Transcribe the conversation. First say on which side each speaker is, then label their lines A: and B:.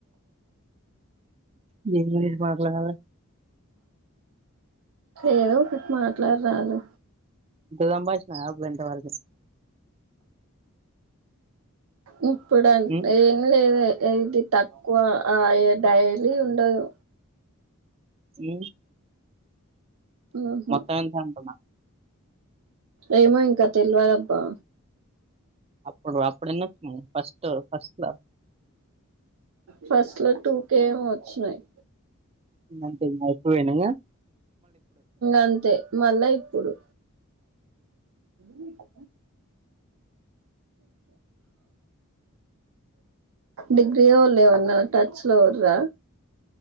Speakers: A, on the right; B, on the right.
A: మీర్ మీర్ మాట్లాడాలి
B: ఏదో ఒకటి మాట్లాడరాదు.
A: సంబాషిన అవు ఎంతవరకు
B: ఇ ఇప్పుడు
A: ఉమ్
B: ఏం లేదు. ఇది తక్కువ ఆ డైలీ ఉండదు
A: అ
B: ఉహు
A: మొత్తం ఎంత అంటున్న
B: ఏమో ఇంకా తెలవదబ్బా
A: అప్పుడు అప్పుడున్నచ్చినాయ్ ఫస్ట్ ఫస్ట్ లో
B: ఫస్ట్ లో టూ కే ఏమో వచ్చినయి
A: అంతేఇంకా ఎప్పుడుపోలే ఇంకా
B: అంతే మళ్ళా ఇప్పుడు నీకు డిగ్రీ లో వాళ్ళు ఏమన్నా టచ్ లో ఉర్రా